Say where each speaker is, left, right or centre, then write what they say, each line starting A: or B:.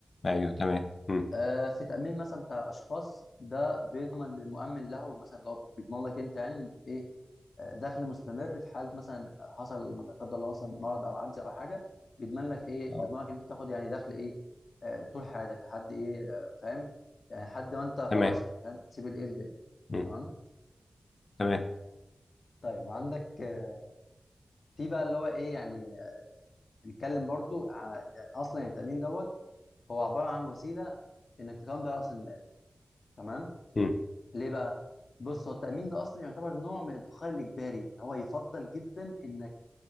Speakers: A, on the left; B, on the left.
A: ايوه تمام مم.
B: آه، في تأمين مثلا بتاع الأشخاص ده بيضمن للمؤمن له مثلا اللي هو بيضمن لك أنت يعني إن إيه آه، دخل مستمر في حال مثلا حصل لا قدر الله مثلا مرض أو عجز أو حاجة بيضمن لك إيه
A: اه
B: بيضمن لك أنت تاخد يعني دخل إيه آه، طول حياتك لحد إيه آه، فاهم يعني لحد ما أنت خلاص
A: تمام
B: يعني فاهم تسيب الإيه الدنيا
A: مم.
B: تمام
A: تمام
B: طيب عندك آه، في بقى اللي هو إيه يعني آه، نتكلم برضو على يعني أصلا يعني التأمين دوت هو عبارة عن وسيلة إنك تكون بيها رأس المال تمام
A: مم.
B: ليه بقى؟ بص هو التأمين ده أصلا يعتبر نوع من الادخار الإجباري هو يفضل جدا إنك